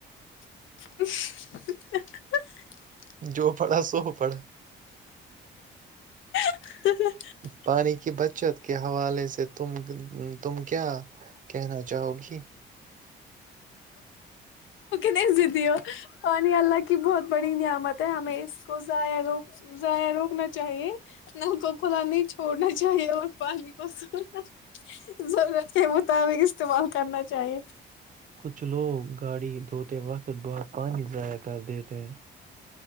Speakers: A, on the left; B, on the right.
A: <inaudible>
B: جو پڑا سو پڑا
A: ہ
B: پانی کی بچت کے حوالے سے تم تم کیا کہنا چاہو گی
A: جیتی ہو نہیں اللہ کی بہت بڑی نعمت ہے ہمیں تو زا روخ جا روخ نا چاہیے نل کو کھدا نہیں چھوڑنا چاہیے اور پانی کو سنا ضرورت کے مطابق استعمال کرنا چاہیے
B: کچھ لوگ گاڑی دھوتے وقت بہت پانی ضائع کر دیتے